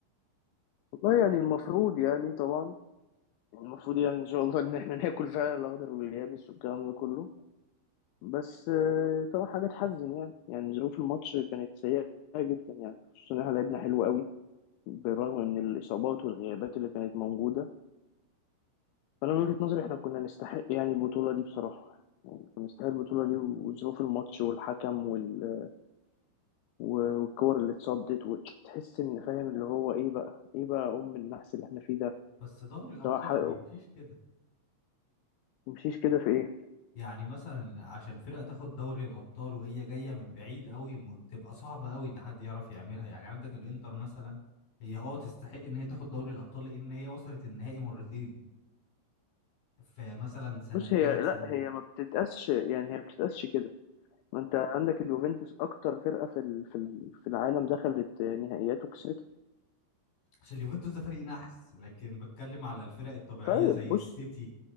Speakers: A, on the left; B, on the left.
A: والله يعني المفروض يعني طبعا المفروض يعني ان شاء الله ان احنا ناكل فعلا الاخضر واليابس والكلام ده كله بس آه، طبعا حاجه تحزن يعني يعني ظروف الماتش كانت سيئه جدا يعني خصوصا ان احنا لعبنا حلو قوي بالرغم من الاصابات والغيابات اللي كانت موجوده فانا من وجهه نظري احنا كنا نستحق يعني البطوله دي بصراحه يعني كنا نستحق البطوله دي وظروف الماتش والحكم وال... و- والكور اللي اتصدت وتحس ان فاهم اللي هو ايه بقى ايه بقى ام النحس اللي احنا فيه ده
B: بس دوري الابطال
A: سواء حق...
B: ما بيمشيش كده
A: تمشيش كده في ايه
B: يعني مثلا عشان فرقة تاخد دوري الأبطال وهي جاية من بعيد قوي م- بتبقى صعبة قوي إن حد يعرف يعملها يعني عندك الإنتر مثلا هي اه تستحق إن هي تاخد دوري الأبطال لأن هي وصلت النهائي مرتين في مثلا سنة
A: بص هي
B: ثلاث سنين
A: لا هي ما بتتقاسش يعني هي ما بتتقاسش كده ما انت عندك اليوفنتوس اكتر فرقه في ال- في ال- في العالم دخلت نهائيات وكسبتها
B: عشان اليوفنتوس ده فريق نحس لكن بتكلم على الفرق الطبيعية
A: طيب
B: زي
A: بص
B: السيتي